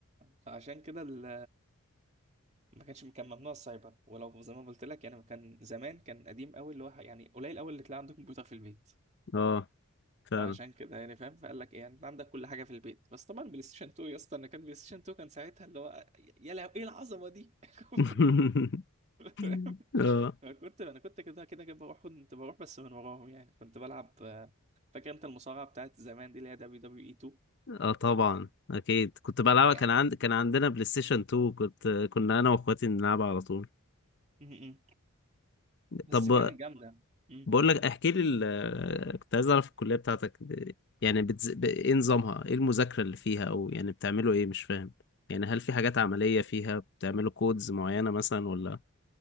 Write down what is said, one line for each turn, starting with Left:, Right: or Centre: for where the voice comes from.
Right: فعشان كده ال... ما كانش كان ممنوع السايبر ولو زي ما قلت لك يعني ما كان زمان كان قديم قوي اللي هو يعني قليل قوي اللي تلاقي عندك كمبيوتر في البيت
Left: اه فعلا
Right: فعشان كده يعني فاهم فقال لك ايه يعني انت عندك كل حاجه في البيت بس طبعا بلاي ستيشن 2 يا اسطى انا كان بلاي ستيشن 2 كان ساعتها اللي هو يا لهوي ايه العظمه دي <laughs>
Left: <laughs>
Right: فاهم؟
Left: اه
Right: فكنت انا كنت كده كده كده بروح كنت بروح بس من وراهم يعني كنت بلعب آه، فاكر انت المصارعه بتاعت زمان دي اللي هي دبليو دبليو اي 2
Left: اه طبعا اكيد كنت بلعبها
Right: يعني
Left: كان عند كان عندنا بلاي ستيشن 2 كنت كنا انا واخواتي نلعبها على طول
Right: م- م. بس
Left: طب
Right: كانت جامده م.
Left: بقول لك احكي لي ال... كنت عايز اعرف الكلية بتاعتك ب- يعني بتز... ب... ايه نظامها ايه المذاكرة اللي فيها او يعني بتعملوا ايه مش فاهم يعني هل في حاجات عملية فيها بتعملوا كودز معينة مثلا ولا